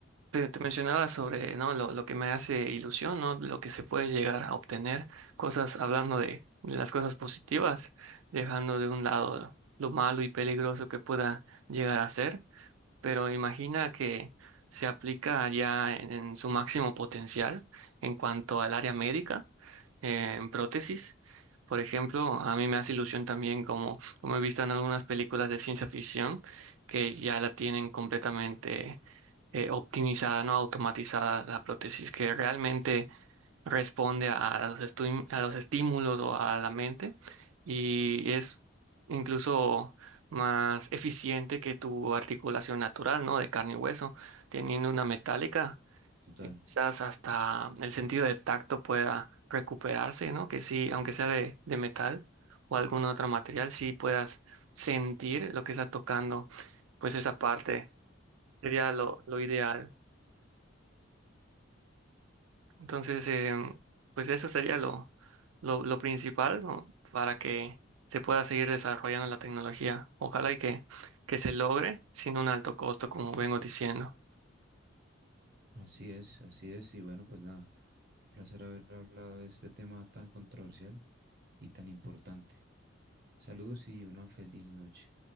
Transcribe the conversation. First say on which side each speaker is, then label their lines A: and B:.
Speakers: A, on the right; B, on the right.
A: Te, te mencionaba sobre, ¿no? lo, lo que me hace ilusión, ¿no? lo que se puede llegar a obtener, cosas hablando de las cosas positivas, dejando de un lado lo, lo malo y peligroso que pueda llegar a ser pero imagina que se aplica ya en, en su máximo potencial en cuanto al área médica, eh, en prótesis. Por ejemplo, a mí me hace ilusión también como, como he visto en algunas películas de ciencia ficción que ya la tienen completamente eh, optimizada, no automatizada la prótesis, que realmente responde a los, estu- a los estímulos o a la mente y es incluso más eficiente que tu articulación natural, ¿no? De carne y hueso, teniendo una metálica,
B: total.
A: eh, quizás hasta el sentido de tacto pueda recuperarse, ¿no? Que sí, aunque sea de, de metal o algún otro material, sí puedas sentir lo que estás tocando, pues esa parte sería lo, lo ideal. Entonces, em, pues eso sería lo, lo, lo principal, ¿no? para que se pueda seguir desarrollando la tecnología. Ojalá y que, que se logre sin un alto costo, como vengo diciendo.
B: Así es, así es. Y bueno, pues nada, un placer haber hablado de este tema tan controversial y tan importante. Saludos y una feliz noche.